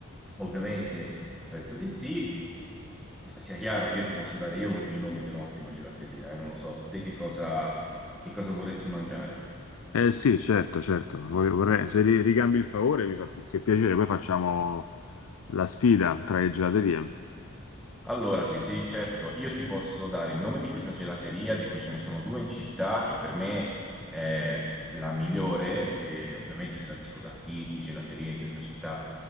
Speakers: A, in the centre; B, on the left.
A: ovviamente penso di sì. Sia chiaro, io ti posso dare io il nome di un'ottima gelateria, eh, non lo so, te che cosa che cosa vorresti mangiare?
B: Eh sì, certo, certo. Vorrei- vorrei- se ri- ricambi il favore mi fa più che piacere. Poi facciamo la sfida tra le gelaterie.
A: Allora, sì, sì, certo, io ti posso dare il nome di questa gelateria, di cui ce ne sono due in città, che per me è la migliore, e ovviamente te la dico da chi di gelaterie in questa città